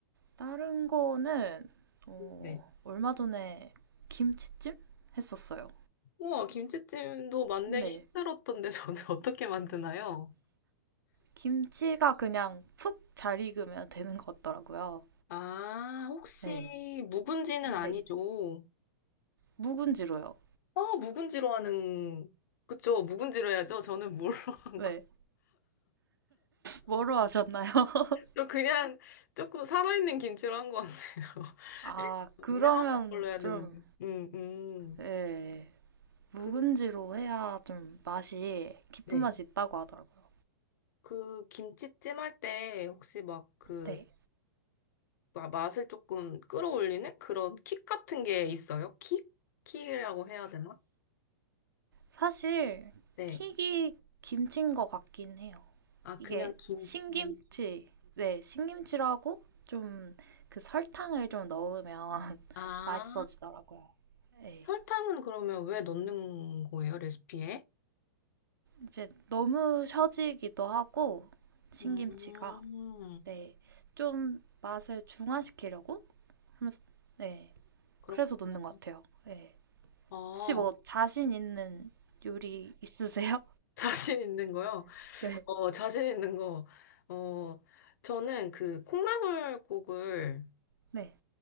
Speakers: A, on the right; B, on the left.
A: 다른 거는 어,
B: 네.
A: 얼마 전에 김치찜 했었어요.
B: 우와 김치찜도 만들기
A: 네.
B: 힘들었던데 저는 <laughs> 어떻게 만드나요?
A: 김치가 그냥 푹 잘 익으면 되는 것 같더라고요.
B: 아 혹시
A: 네.
B: 묵은지는
A: 네.
B: 아니죠?
A: 묵은지로요.
B: 아 묵은지로 하는 그쵸 묵은지로 해야죠. 저는 뭘로 <laughs> 한
A: 왜?
B: 거?
A: 뭐로 하셨나요? <laughs>
B: 저 그냥 조금 살아있는 김치로 한 것 같아요.
A: 아,
B: <laughs> 물렁한
A: 그러면
B: 걸로 해야
A: 좀,
B: 되는데. 음, 음.
A: 예, 묵은지로
B: 그,
A: 해야 좀 맛이, 깊은
B: 네.
A: 맛이 있다고 하더라고요.
B: 그 김치찜 할 때 혹시 막 그,
A: 네.
B: 맛을 조금 끌어올리는 그런 킥 같은 게 있어요? 킥? 킥이라고 해야 되나?
A: 사실,
B: 네.
A: 킥이 김치인 것 같긴 해요.
B: 아,
A: 이게
B: 그냥 김치.
A: 신김치, 네, 신김치라고 좀 그 설탕을 좀 넣으면 <laughs>
B: 아,
A: 맛있어지더라고요. 예.
B: 설탕은 그러면 왜 넣는 거예요, 레시피에?
A: 이제 너무 셔지기도 하고, 신김치가.
B: 음,
A: 네. 좀 맛을 중화시키려고 하면서 네.
B: 그렇구나.
A: 그래서 넣는 것 같아요. 네.
B: 아,
A: 혹시 뭐
B: <laughs>
A: 자신 있는 요리 있으세요?
B: 자신 있는 거요?
A: <laughs> 네.
B: 어, 자신 있는 거. 어, 저는 그 콩나물국을
A: 네.